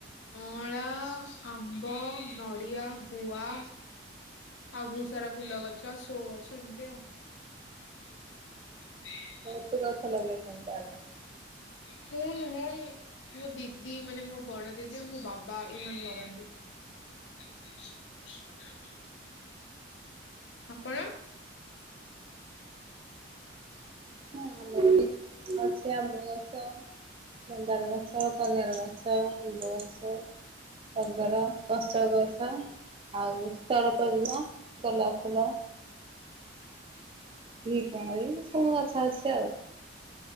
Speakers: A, on the left; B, on the right.
A: ଅଁଳା ଆମ୍ବ ନଡ଼ିଆ ଗୁଆ ଆଉ ବହୁତ ସାରା ଫୁଲ ଗଛ ଆଉ ସୋ ଅଛ ଏମିତି ଆଉ। <inaudible>
B: ବହୁତୁ ଗଛ ଲଗେଇଚନୀ ତାହଲେ।
A: <unintelligible> ମୋ ଦିଦି ମାନେ ମୋ ବଡ ଦିଦି ଆଉ ମୋ ବାବା ଏଇମାନେ ଲଗାନ୍ତି। <inaudible> ଆପଣ
B: ହଁ ମୁଁ ଲଗେଇଚି <unintelligible> ଆମ୍ୱଗଛ। ମନ୍ଦାର ଗଛ କନିଅର ଗଛ ନିମ୍ବ ଗଛ। ଟଗର ଅଷକ ଗଛ ଆଉ ସ୍ଥଳପଦ୍ମ ଗୋଲାପ ଫୁଲ। ଘି କୁଆଁରୀ ସବୁ ଗଛ ଅଛି ଆଉ।